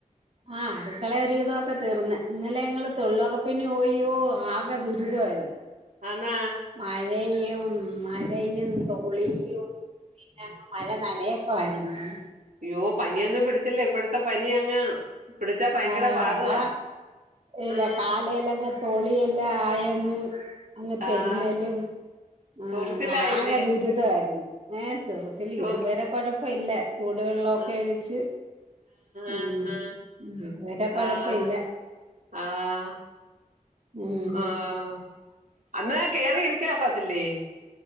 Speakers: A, on the right; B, on the right.
A: ആഹ് അടുക്കള ഒരു വിതമൊക്കെ തീർന്ന് ഇന്നലെ ഞങ്ങള് തൊയിലുറപ്പിന് പോയോ ആ കെ ദുരിതവായിരുന്നു
B: ആന്നാ
A: മഴയും മയ ഴയും തോളിയും പിന്നങ്ങ് മഴ നനയക്ക ആയിര്ന്ന്
B: യ്യോ പനിയൊന്നും പിടിച്ചില്ലെ ഇപ്പഴത്തെ പനി അങ് പിടിച്ചാ ഭയങ്കര
A: ആ
B: പാടുവാ
A: അതാ ഇല്ല
B: ആഹ്
A: കാലേലങ്ങ് തൊളിയെല്ലാ ആയങ്ങ് അങ്ങ് തെന്നലും
B: ആഹ്
A: ആഹ്
B: ചൊറിച്ചിലായില്ലേ
A: ആകെ ദുരിതായിരുന്നു ഏ ചൊർച്ചില്
B: ചൊറി
A: ഇതുവരെ കുഴപ്പ ഇല്ല ചൂടുവെള്ളൊക്കെ
B: ആഹ്
A: ഒഴിച്ച് ഉം
B: ആഹ് ആഹ്
A: ഇത് വെരെ കൊഴപ്പ
B: ആഹ്
A: ഇല്ല
B: ആഹ്
A: ഉം
B: ആഹ് അന്നാ കേറി ഇരിക്കാ ഒക്കത്തില്ലേ